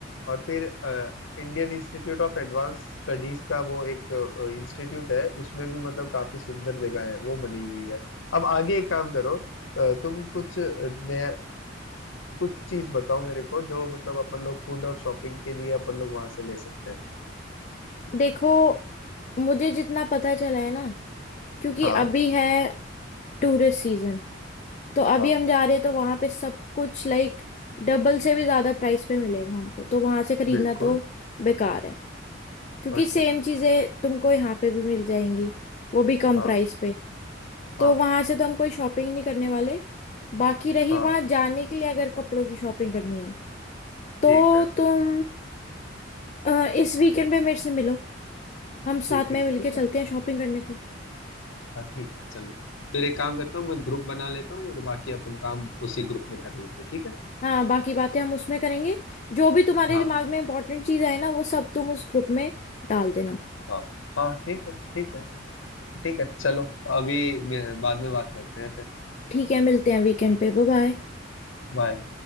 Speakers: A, on the left (about 80°); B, on the left (about 40°).
A: और फिर अ, Indian Institute of Advanced Studies का वो एक इंस्टीट्यूट है उसमें भी मतलब काफी सुंदर जगह है वो बनी हुई है अब आगे एक काम करो अ, तुम कुछ नया कुछ चीज बताओ मेरे को जो मतलब अपन लोग फूड और शॉपिंग के लिए अपन लोग वहां से ले सकते हैं
B: देखो मुझे जितना पता चला है ना क्योंकि
A: हाँ
B: अभी है टूरिस्ट सीजन तो अभी
A: हाँ
B: हम जा रहे हैं तो वहां पे सब कुछ लाइक डबल से भी ज्यादा प्राइस पे मिलेगा हमको तो वहां से खरीदना
A: बिल्कुल
B: तो बेकार है क्योंकि
A: अच्छा
B: सेम चीजें तुमको यहाँ पे भी मिल जाएंगी वो भी कम
A: हाँ
B: प्राइस पे
A: हाँ
B: तो वहां से तो हम कोई शॉपिंग नहीं करने वाले बाकी रही
A: हाँ
B: वहां जाने के लिए अगर कपड़ों की शॉपिंग करनी है तो
A: ठीक है
B: तुम अ, इस वीकेंड पे मेरे से मिलो हम
A: ठीक
B: साथ
A: ठीक
B: में मिलके
A: ठीक
B: चलते
A: है
B: हैं शॉपिंग करने पे
A: हाँ ठीक है चलो फिर एक काम करता हूँ मैं ग्रुप बना लेता हूँ और बाकी अपन काम उसी ग्रुप में कर लेंगे ठीक है
B: हाँ बाकी बातें हम उसमें करेंगे जो भी तुम्हारे
A: हाँ
B: दिमाग में इंपॉर्टेंट चीज आए ना वो सब तुम उस ग्रुप में डाल देना
A: हाँ हाँ ठीक है ठीक है ठीक है चलो अभी मैं- बाद में बात करते हैं फिर
B: ठीक है मिलते हैं वीकेंड पे बाय बाय
A: बाय